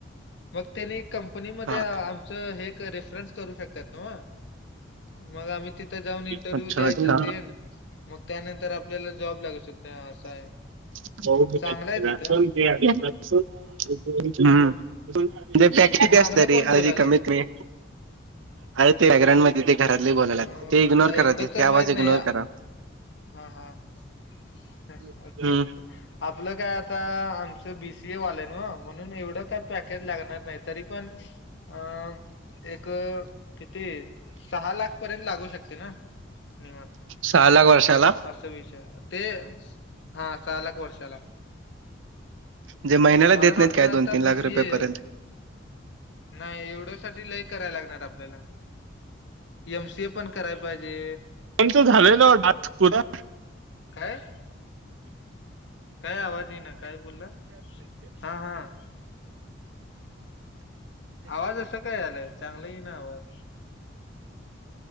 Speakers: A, on the left; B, on the right.
A: मग त्यानी कंपनीमध्ये
B: हा
A: आमच हे एक रेफरन्स करू शकतात नव. मग आम्ही तिथं जाऊन इंटरव्ह्यू
B: अच्छा
A: द्यायच
B: अच्छा
A: तेन.
B: हम्म.
A: मग त्यानंतर आपल्याला जॉब लागू शकतोय असा आहे.
B: <unintelligible>
A: चांगलं आहे तिथं
B: हम्म. <unintelligible>
A: मागणं कोण बोलालय
B: कमीत कमी <unintelligible> घरातली बोलाल्या
A: अ
B: ते इग्नोर
A: तर एवढं
B: करा ते
A: तर
B: ते आवाज
A: माहित नाही.
B: इग्नोर करा.
A: हा हा <unintelligible>
B: हम्म.
A: ओके ओके. आपलं काय आता आमचं बीसीए आलाय नवा म्हणून एवढं काय पॅकेज लागणार. नाही तरी पण अ एक किती. सहा लाख पर्यंत लागू शकते ना. निवांत
B: सहा लाख वर्षाला
A: असा विषय ते. हा सहा लक वर्षाला.
B: जे महिन्याला
A: कारण
B: देत नाहीत
A: आपण
B: काय
A: आता
B: दोन तीन लाख
A: बीसीए.
B: रुपये पर्यंत
A: नाही एवढ्या साठी लय करायला लागणार आपल्याला. एमसीए पण कराय पाहिजे.
B: एमसीए झाले ना आत पुन्हा.
A: काय. काय आवाज ये ना काय बोलला हा हा. आवाज असं काय आलाय चांगलं इना आवाज.